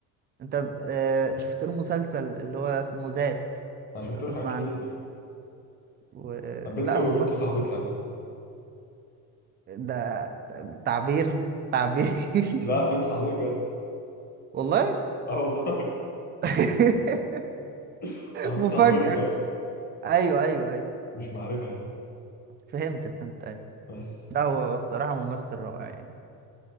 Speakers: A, on the right (about 25°); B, on the left (about 25°).
A: انت آه، شفت له مسلسل اللي هو اسمه ذات
B: انا شفت
A: لو تسمع
B: له حاجات كتير
A: عنه و...
B: بنته
A: لا هو
B: بنته
A: ممثل
B: صاحبتي عامه
A: ده تعبير تعبير <laughs>
B: لا بنت صاحبتي بجد
A: والله
B: اه والله
A: <laughs>
B: <laughs> صاحبتي
A: مفاجأة
B: صاحبتي فاهم
A: ايوه ايوه ايوه
B: مش معرفه يعني
A: فهمت فهمت ايوه
B: بس
A: لا هو هو الصراحة ممثل رائع يعني